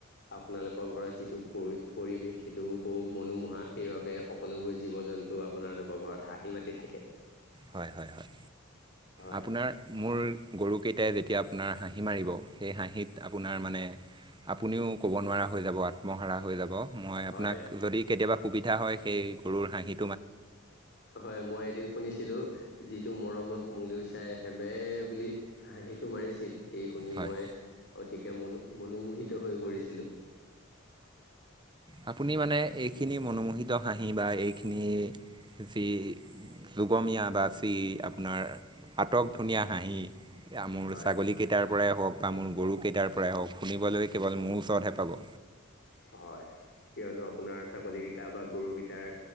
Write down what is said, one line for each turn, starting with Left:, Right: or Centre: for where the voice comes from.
Left: আপোনালোকৰ ঘৰত যিটো পৰি পৰিৱেশ সেইটো বৰু মনোমোহা সেইবাবে সকলোবোৰ জীৱ জন্তু যোনটো আপোনালোকৰ ঘৰত হাঁহি মাতি থাকে
Right: হয় হয় হয়
Left: হয়
Right: আপোনাৰ মোৰ গৰুকেইটাই যেতিয়া আপোনাৰ হাঁহি মাৰিব সেই হাঁহিত আপোনাৰ মানে আপুনিও ক'ব নোৱাৰা হৈ যাব আত্মহাৰা হৈ যাব মই আপোনাক
Left: হয়
Right: যদি কেতিয়াবা সুবিধা হয় সেই গৰুৰ হাঁহি
Left: হয় মই এদিন শুনিছিলো যিটো মৰমত মূলৈ চাই হেবে বুলি হাঁহিটো মাৰিছিল সেই শুনি
Right: হয়
Left: মই অতিকে মনো মনোমোহিত হৈ পৰিছিলো
Right: ান এইখিনি মনোমোহিত হাঁহি বা এইখিনি যি লুগমীয়া বাচি আপোনাৰ আটক ধুনীয়া হাঁহি মোৰ
Left: হয়
Right: ছাগলীকেইটাৰ পৰাই হওক বা মোৰ গৰুকেইটাৰ পৰাই হওক শুনিবলৈ কেৱল মোৰ ওচৰতহে পাব
Left: হয় কিয়নো আপোনাৰ ছাগলী কেইটা গতা বা গুৰু গেইটাৰ